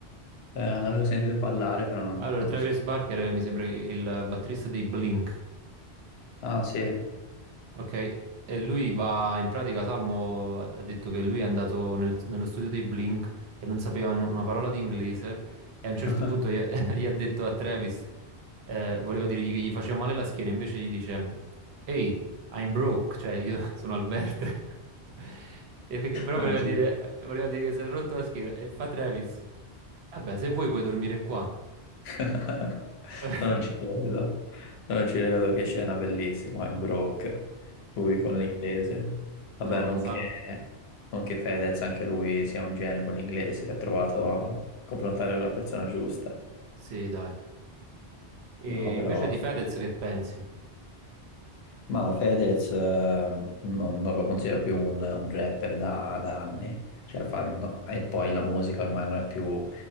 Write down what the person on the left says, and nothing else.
ne avevo sentito parlare, però non,
non
so.
Ah, sì.
<laughs>
Non
ci-
<laughs>
Non ci credo, No, non ci credo che scena bellissima in Brock, lui con l'inglese. Vabbè,
non
che, non che Fedez, anche lui sia un genio con l'inglese, si è trovato a confrontare la persona giusta.
No, però...
su-
Ma Fedez eh, non, non lo considero più un, un rapper da, da anni, Cioè, fa- no, e poi la musica ormai non è più